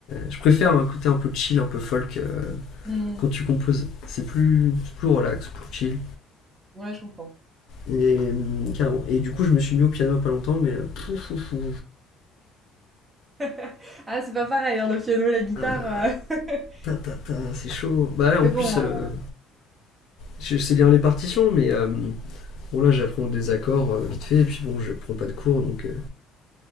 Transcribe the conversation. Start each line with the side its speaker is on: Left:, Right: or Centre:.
Left: je préfère un côté un peu chill, un peu folk euh,
Right: Hmm.
Left: quand tu composes. C'est plus, plus relax, plus chill.
Right: Ouais, je comprends.
Left: Et, hum, carrément. Et du coup, je me suis mis au piano pas longtemps, mais. euh, pouf, pouf, pouf.
Right: <laughs> Ah, c'est pas pareil, hein, le piano et la guitare.
Left: Ah,
Right: euh. <laughs>
Left: ta, ta, ta, c'est chaud. Bah ouais, en
Right: Mais
Left: plus,
Right: bon,
Left: euh,
Right: euh,
Left: je sais lire les partitions, mais. euh, Bon là j'apprends des accords euh, vite fait et puis bon je prends pas de cours donc euh,